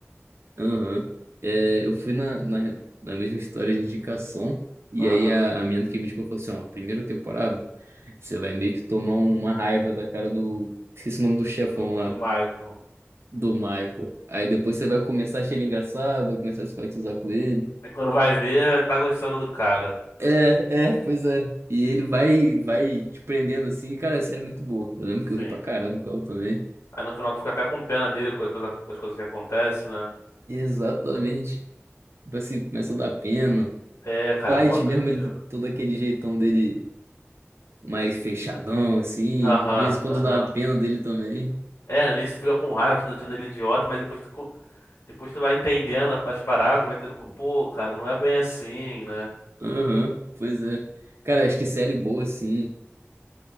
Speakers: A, on the right; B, on the left.
A: Aham. É, eu fui na, na, na mesma história de indicação, e
B: Aham.
A: aí a, a menina que me indicou falou assim, ó, primeira temporada, você vai meio que tomar uma raiva da cara do... Esqueci o nome do chefão
B: Do,
A: lá,
B: do Michael.
A: do Michael. Aí depois você vai começar a achar ele engraçado, vai começar a simpatizar com ele.
B: É quando vai ver, tá gostando do cara.
A: É, é, pois é. E ele vai, vai te prendendo assim, cara, é sério, muito boa. Eu lembro que eu
B: Sim.
A: ri pra caramba com ela também.
B: Aí no final tu fica até com pena dele com as coisas, com as coisas que acontecem, né?
A: Exatamente. Tipo Assim, começa a dar pena.
B: É, cara,
A: White
B: é mó doideira.
A: mesmo, ele todo aquele jeitão dele mais fechadão, assim.
B: Aham,
A: De vez em quando
B: aham.
A: dá uma pena dele também.
B: É, no início tu fica com raiva, tu achando ele idiota, mas depois tu, co- depois tu vai entendendo as paradas, vai entendendo que, pô, cara, não é bem assim, né?
A: Aham, pois é. Cara, acho que série boa, assim,